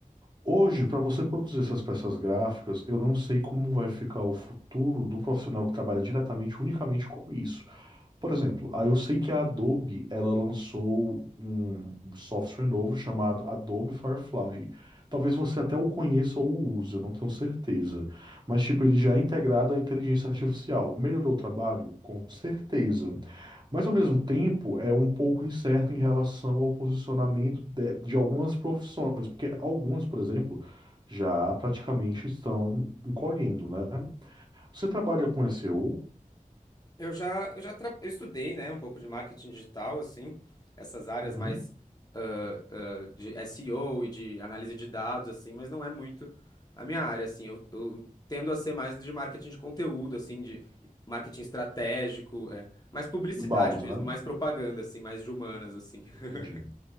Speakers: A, on the right; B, on the left.
A: Hoje, para você produzir essas peças gráficas, eu não sei como vai ficar o futuro do profissional que trabalha diretamente, unicamente com isso. Por exemplo, ah, eu sei que a Adobe, ela lançou um software novo chamado Adobe Firefly. Talvez você até o conheça ou use, eu não tenho certeza. Mas, tipo, ele já é integrado à inteligência artificial. Melhorou o trabalho? Com certeza. Mas, ao mesmo tempo, é um pouco incerto em relação ao posicionamento de, de algumas profissões. Porque algumas, por exemplo, já praticamente estão encolhendo, né? Você trabalha com SEO?
B: Eu já, eu já tra- eu estudei, né, um pouco de marketing digital, assim, essas áreas
A: Uhum.
B: mais eh, de SEO e O e de análise de dados, assim, mas não é muito a minha área, assim. Eu, eu tendo a ser mais de marketing de conteúdo, assim, de marketing estratégico, é, mais publicidade
A: Inbound,
B: mesmo,
A: né?
B: mais propaganda, assim, mais de humanas, assim. <laughs>
A: Entendi,